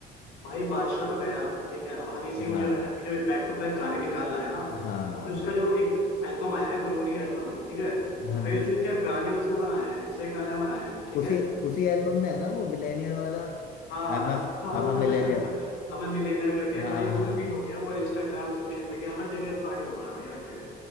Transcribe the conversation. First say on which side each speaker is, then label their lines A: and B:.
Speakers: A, on the left (about 80°); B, on the left (about 60°).
A: भाई बादशाह तो गया ठीक है अब हनी सिंह
B: हाँ
A: जो है अभी जो बैक टू बैक गाने निकाल रहा है ना
B: हाँ
A: तुमने उसका जो एक एल्बम आया है ग्लोरी एल्बम है ठीक है
B: हाँ
A: भाई
B: जिस
A: उसमें क्या गाने उसने बनाए हैं एक से एक गाने बनाए हैं ठीक
B: उसी
A: है
B: उसी एल्बम में है ना वो मिलेनियर वाला
A: हाँ
B: I
A: हाँ
B: am आई
A: हाँ, वो
B: एम
A: तो
B: millionaire
A: गाना हमें मिलियनेयर करके है
B: हाँ
A: भाई वो
B: हाँ
A: तो हिट हो गया वो इंस्टाग्राम सोशल मीडिया हर जगह वायरल हो रहा है भाई हर जगह